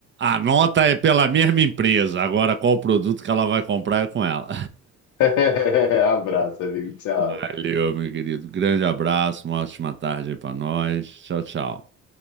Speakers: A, on the right; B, on the left.
A: a nota é pela mesma empresa. Agora, qual produto que ela vai comprar é com ela.
B: Ah! Abraço, amigo. Tchau.
A: <laughs> Valeu, meu querido. Grande abraço, uma ótima tarde aí pra nós. Tchau, tchau.